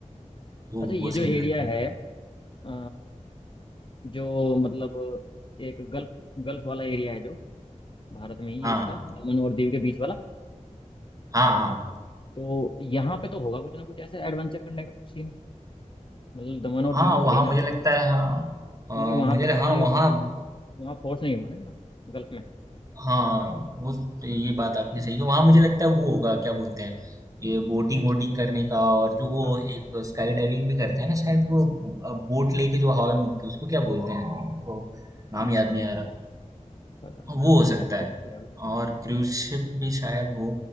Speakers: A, on the right; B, on the left.
A: वो
B: अच्छा ये
A: वो
B: जो
A: सीन
B: एरिया
A: रहता है
B: है अ, जो मतलब एक गल्फ गल्फ वाला एरिया है जो भारत में ही
A: हाँ
B: है इसका दमन और दीव के बीच वाला
A: हाँ हाँ
B: तो यहाँ पे तो होगा कुछ ना कुछ ऐसे एडवेंचर करने का कुछ सीन मतलब दमन और
A: हाँ
B: दीव में
A: वहाँ
B: भले ही ना
A: मुझे
B: हो
A: लगता है हाँ अ,
B: क्योंकि वहां
A: मुझे
B: पर तो
A: हाँ
B: पानी
A: वहाँ
B: उस वहाँ फोर्स नहीं हुआ ना इतना गल्फ में
A: हाँ वो ये बात आपने सही की वहाँ मुझे लगता है वो होगा क्या बोलते हैं ये बोटिंग वोटिंग करने का और जो वो
B: हाँ हाँ हाँ,
A: एक स्काई डाइविंग भी करते हैं ना शायद वो बोट लेके जो हवा में उड़ते हैं उसको क्या बोलते हैं वो नाम
B: हम्म,
A: याद नहीं आ रहा
B: पता नहीं
A: हाँ, वो
B: हाँ
A: हो सकता
B: है वो
A: है
B: तो है वो।
A: और क्रूज शिप भी शायद हो